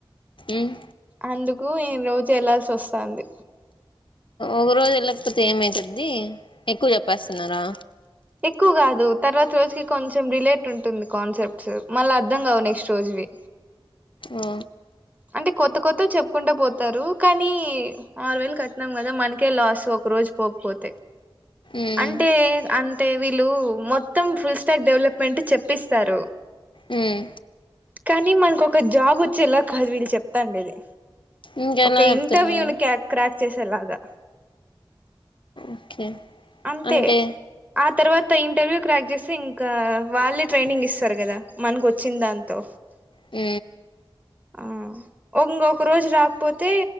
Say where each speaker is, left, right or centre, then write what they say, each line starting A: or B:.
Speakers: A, on the left; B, on the right.
A: ఉమ్
B: అందుకు ఈ రోజు చేల్లాల్సి వస్తంది
A: ఒక రోజు వెళ్ళకపోతే ఏమైతది ఎక్కువ చెప్పేస్తున్నారా
B: ఎక్కువ కాదు తర్వాత రోజుకి కొంచెం రిలేట్ ఉంటుంది కాన్సెప్ట్స్ మళ్ళీ అర్ధం కావు నెక్స్ట్ రోజువి
A: ఆ
B: అంటే కొత్త కొత్త చెప్పుకుంటే పోతారు కానీ ఆరు వేలు కట్టినాం కదా మనకే లాస్ ఒక ఒక రోజు పోకపోతే
A: ఉమ్
B: అంటే అ టే వీలు మొత్తం ఫుల్ స్టాక్ డెవలప్మెంట్ చెప్పిస్తారు
A: ఉమ్
B: కానీ మనక ఒక జాబ్ వచ్చేలా కాదు వీళ్ళు చెప్తాండి అది
A: ఇంకెలా
B: ఒక
A: చెప్తున్నారు
B: ఇంటర్వ్యూని కక్ క్రాక్ చేసేలాగా
A: ఓకే
B: అంతే
A: అంటే
B: ఆ తర్వాత ఇంటర్వ్యూ క్రాక్ చేస్తే ఇంకా వాళ్ళే ట్రైనింగ్ ఇస్తారు కదా మనకు వచ్చింది దాంతో
A: మ్
B: ఆ ఒంొక రోజు రాకపోతే